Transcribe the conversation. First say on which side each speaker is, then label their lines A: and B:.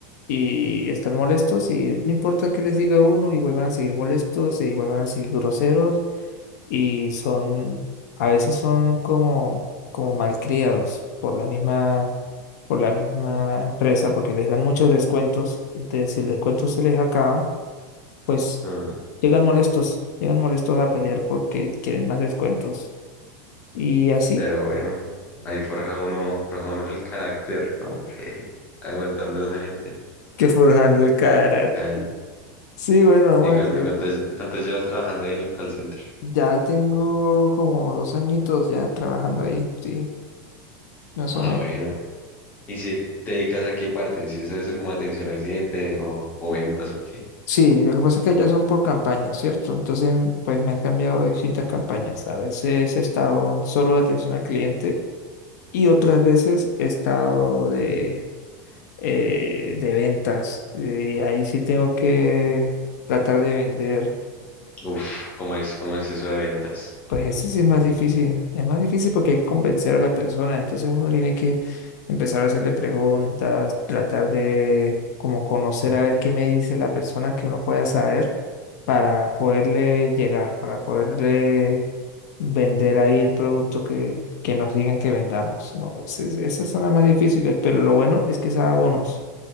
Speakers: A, on the left (about 70°); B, on the left (about 15°).
A: y están molestos y no importa qué les diga uno, igual van a seguir molestos, e igual van a seguir groseros y son, a veces son como, como malcriados por la misma, por la misma empresa, porque les dan muchos descuentos, y te- si el descuento se les acaba, pues
B: Ah,
A: llegan molestos, llegan molestos a pelear porque quieren más descuentos. Y así
B: pero bueno, ahí forja uno, forja uno el carácter, ¿no? <laughs> Aguantando a esa gente.
A: que forjando el carácter.
B: Caray.
A: Sí, bueno, vamos
B: ¿Y cuánto,
A: a que
B: cuánto, cuánto llevas trabajando ahí en el call center?
A: ya tengo como dos añitos ya trabajando ahí, sí, más
B: Ah,
A: o menos.
B: bueno. ¿Y si te dedicas a qué parte? ¿Si es eso como atención al cliente o, o ventas o qué?
A: Sí, lo que pasa es que ya son por campañas, ¿cierto? Entonces, em, pues me han cambiado de distintas campañas. A veces he estado solo de atención al cliente y otras veces he estado de, eh, de ventas. Y ahí sí tengo que tratar de vender
B: Uf, ¿cómo es, cómo es eso de ventas?
A: Pues ese sí es más difícil. Es más difícil porque hay que convencer a la persona. Entonces uno tiene que empezar a hacerle preguntas, tratar de como conocer a ver qué me dice la persona que uno pueda saber para poderle llegar, para poderle vender ahí el producto que, que nos digan que vendamos. No, ese- esas son las más difíciles, pero lo bueno es que es a bonos.